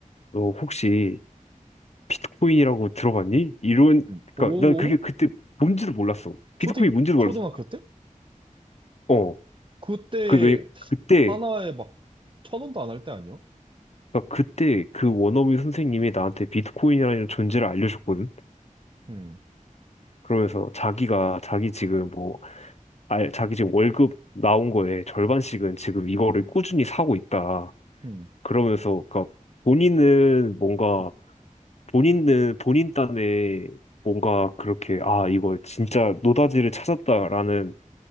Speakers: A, on the left; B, on the right.
A: 너 혹시 비트코인이라고 들어봤니? 이런
B: 음.
A: 그러니까
B: 오,
A: 난 그게 그때 뭔지도 몰랐어.
B: 초등,
A: 비트코인이 뭔지도
B: 초등학교
A: 몰랐어.
B: 때?
A: 어.
B: 그때
A: 그 왜 그때
B: 하나에 막 천 원도 안 할 때 아니야?
A: 그러니까 그때 그 원어민 선생님이 나한테 비트코인이라는 존재를 알려줬거든.
B: 음,
A: 그러면서 자기가 자기 지금 뭐 아, 자기 지금 월급 나온 거에 절반씩은 지금 이거를 꾸준히 사고 있다.
B: 음,
A: 그러면서, 그러니까 본인은 뭔가,
B: 음,
A: 본인은 본인 딴에 뭔가 그렇게, 아, 이거 진짜 노다지를 찾았다라는